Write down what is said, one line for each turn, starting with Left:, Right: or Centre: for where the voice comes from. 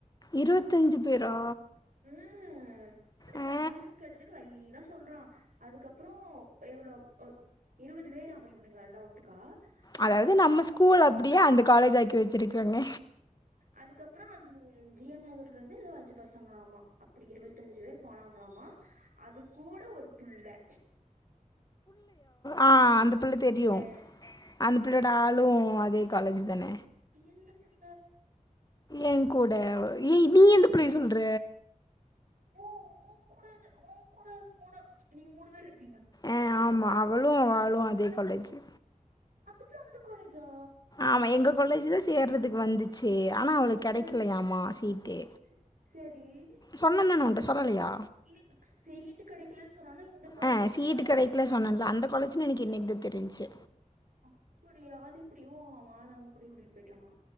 Left: இருவத்தஞ்சு பேரா
Right: ம் அப்ப நா
Left: ஆ
Right: யாருன் கேட்டதுக்கு லைனா சொல்றான் அதுக்கப்பறோ எவ்வளோ ஒர் இருவது வேராமா இவனுங்க எல்லா ஒட்டுக்கா
Left: அதாவது
Right: அதுக்கப்புறம்
Left: நம்ம ஸ்கூல் அப்டியே அந்த காலேஜாக்கி வெச்சிருக்காங்க
Right: அதுக்கப்றோ அந் ஜிஎம் நகர்லிந்து எதோ அஞ்சு பசங்களாமா அப்டி இருவத்தஞ்சு வேர் போனாங்களாமா அது கூட ஒரு புள்ள
Left: ஆஹ் அந்த புள்ள தெரியு
Right: அ
Left: அந்த புள்ளையோட ஆளு அதே காலேஜ் தான
Right: எந்த புள்ள
Left: என் கூட ஏ நீ எந்த புள்ளைய சொல்ற
Right: ஓ உன் கூட உன் கூட மூணு நீங்க மூணு வேர்ருப்
Left: அ ஆமா அவளு அவாளு அதே காலேஜு
Right: அந்தப் புள்ள அந்த காலேஜா
Left: ஆமா எங்க காலேஜு தா சேர்றதுக்கு வந்துச்சு ஆனா அவளுக்கு கெடைக்கலையாமா
Right: ஆ.
Left: சீட்டு
Right: ச சரி.
Left: சொன்னந்தான உன்ட்ட சொல்லலையா
Right: <unintelligible> சீட்டு கெடைக்கலன் சொன்னானா இந்த காலேஜ்
Left: ஆ
Right: போய்
Left: சீட்டு
Right: சேர்ரான்
Left: கிடைக்கல சொன்னேன்ல அந்த காலேஜ்னு எனக்கு இன்னைக்கு தான் தெரிஞ்சுச்சு
Right: அப்புடியா அது எப்டி ஓ அவன் ஆளு அவன் கூடயே கூட்டிட் போய்ட்டானா